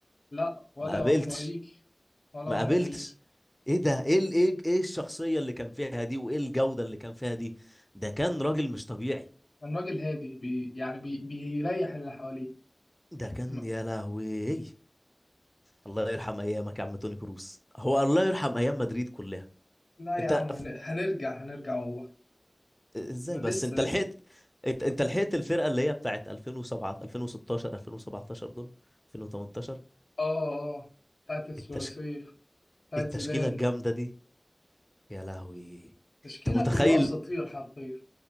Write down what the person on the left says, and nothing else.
لا ولا
عمره هيجي ولا
عمره
هيجي
الراجل هادي بي يعني بي بيريح اللي حواليه
م-
لا يا
عم هن-
هنرجع هنرجع والله
انا
لسه
لسه
اه اه بتاعت الثلاثية
بتاعت
زيدان
تشكيلة
كلها اساطير حرفيا